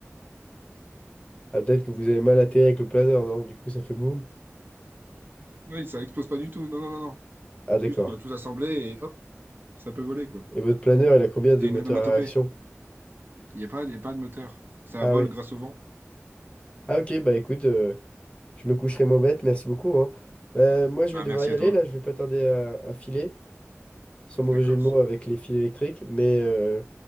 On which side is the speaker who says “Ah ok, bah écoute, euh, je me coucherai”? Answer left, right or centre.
Left